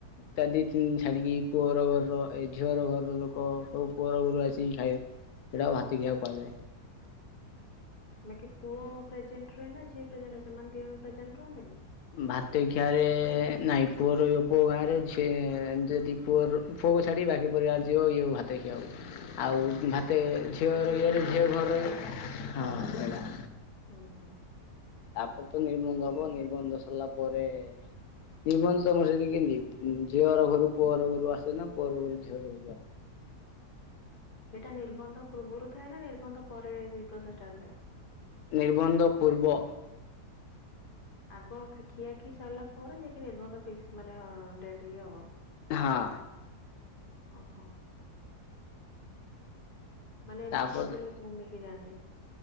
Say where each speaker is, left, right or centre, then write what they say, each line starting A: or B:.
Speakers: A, on the left; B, on the left.
A: ତା ଦି ତିନି ଦିନ ଛାଡିକି ପୁଅର ଘର ଏ ଝିଅର ଘର ଲୋକ ସବୁ ପୁଅର ଘରୁ ଆସିକି ଖାଇବେ। ସେଇଟାକୁ ଭାତ ଖିଆ କୁହାଯାଏ।
B: ବାକି ପୁଅ ପ୍ରେଜେଣ୍ଟ୍ ରୁହେ ନା ଝିଅ ପ୍ରେଜେଣ୍ଟ୍ ରୁହେ ସେମାନେ ଦି ଜଣ ପ୍ରେଜେଣ୍ଟ୍ ରୁହନ୍ତିନି?
A: ଭାତେ ଖିଆରେ ନାଇଁ ପୁଅ ରହିବ ପୁଅ ଗାଁରେ ଝି-ଯଦି ପୁଅର ଫୁଅକୁ ଛାଡି ବା ଆଉ- ଆଉ
B: ହଁ
A: ଭାତେ
B: ହଁ ହଁ
A: ଝିଅର
B: ସେ ଝିଅକୁ
A: ଇଏରେ
B: ବି ଛାଡିକିରି
A: ଝିଅ ଘରେ
B: ହଁ
A: ରହି- ହଁ ହେଲା।
B: ହୁଁ- ହୁଁ।
A: ତାପରେ ତ ନିର୍ବନ୍ଧ
B: ହୁଁ।
A: ହବ ନିର୍ବନ୍ଧ ସରିଲା ପରେ ନିର୍ବନ୍ଧ ତମର ସେଇଠି କେମିତି ଝିଅ ହର ଘରୁ ପୁଅ ହର ଘରୁ ଆସେ ନା ପୁଅ ହର ଘରୁ ଝିଅର
B: ସେଟା ନିର୍ବନ୍ଧ ପୂର୍ବରୁ ଥାଏ ନା ନିର୍ବନ୍ଧ ପରେ ଏଇ ପ୍ରୋସେସ୍ ଟା ଥାଏ?
A: ନିର୍ବନ୍ଧ ପୂର୍ବ
B: ଆଗ ଖି-ଖିଆ ଖିଇ ସରିଲା ପରେ ଯାଇକି ନିର୍ବନ୍ଧ ଫିକ୍ସ୍ ମାନେ ଡେଟ୍ ଇଏ ହବ।
A: ହଁ।
B: ଓହୋ। ମାନେ ଏମିତି
A: ତାପରେ
B: କେତେ ଲୋକଙ୍କୁ ନେଇକି ଯାଆନ୍ତି।